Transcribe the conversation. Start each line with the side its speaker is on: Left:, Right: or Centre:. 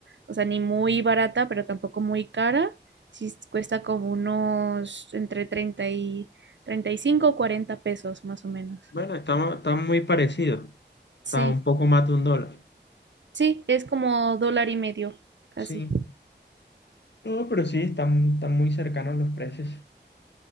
Right: o sea, ni muy barata, pero tampoco muy cara, sí cuesta como unos entre 30 y 35 o 40 pesos más o menos.
Left: Bueno, está, está muy parecido.
Right: Sí,
Left: Está un poco más de un dólar.
Right: sí, es como dólar y medio, casi.
Left: Sí. No, pero sí, están, están muy cercanos los precios.